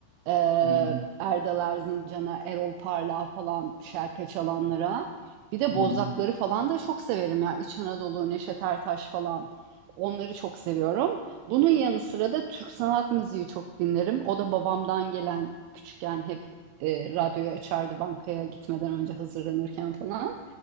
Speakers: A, on the right; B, on the left.
A: Ee,
B: hı hı,
A: Erdal Erzincan'a, Erol Parlak'a falan şerpe çalanlara. Bir de
B: hı hı,
A: Bozdakları falan da çok severim ya. İç Anadolu, Neşet Ertaş falan. Onları çok seviyorum. Bunun yanı sıra da Türk sanat müziği çok dinlerim. O da babamdan gelen küçükken hep e, radyoyu açardı bankaya gitmeden önce hazırlanırken falan.